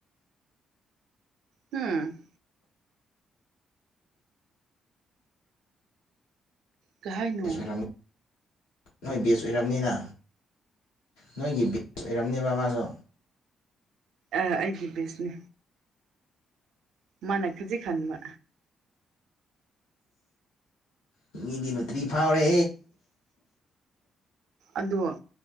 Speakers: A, on the right; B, on the left.
A: ꯎꯝ ꯀꯍꯥꯏ ꯅꯣꯡ
B: ꯑꯣꯏꯔꯝꯅꯤ ꯅꯣꯏ ꯕꯦꯖ ꯑꯣꯏꯔꯝꯅꯤꯅ ꯅꯣꯏꯒꯤ ꯕꯦꯖ ꯑꯣꯏꯔꯝꯅꯦꯕ ꯃꯥꯁꯨ
A: ꯑ ꯑꯩꯗꯤ ꯕꯤꯁꯅꯦ ꯃꯥꯟꯅꯛ ꯈꯖꯤ ꯈꯕ
B: ꯑꯦ ꯃꯤꯗꯤꯅ ꯇ꯭ꯔꯤ ꯐꯥꯎꯔꯦ
A: ꯑꯗꯣ